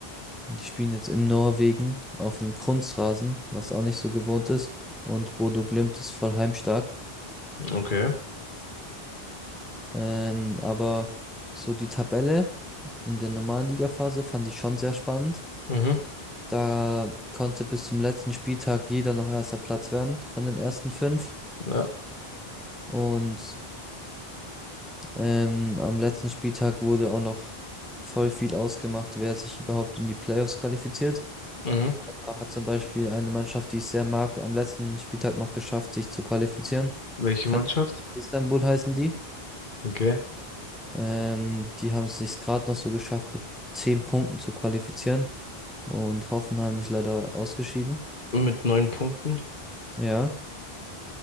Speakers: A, in the centre; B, on the left.
A: Die spielen jetzt in Norwegen auf einem Kunstrasen, was auch nicht so gewohnt ist. Und Bodø Glimt ist voll heimstark.
B: Okay.
A: Ähm, aber so die Tabelle in der normalen Ligaphase fand ich schon sehr spannend.
B: Mhm,
A: Da konnte bis zum letzten Spieltag jeder noch erster Platz werden von den ersten fünf.
B: ja,
A: Und ähm, am letzten Spieltag wurde auch noch voll viel ausgemacht, wer sich überhaupt in die Playoffs qualifiziert.
B: mhm.
A: Da Hat zum Beispiel eine Mannschaft, die ich sehr mag, am letzten Spieltag noch geschafft, sich zu qualifizieren.
B: Welche
A: Fenerbahçe
B: Mannschaft?
A: Istanbul heißen die.
B: Okay.
A: Ähm, die haben es sich gerade noch so geschafft, mit zehn Punkten zu qualifizieren. Und Hoffenheim ist leider ausgeschieden.
B: Mit neun Punkten.
A: Ja.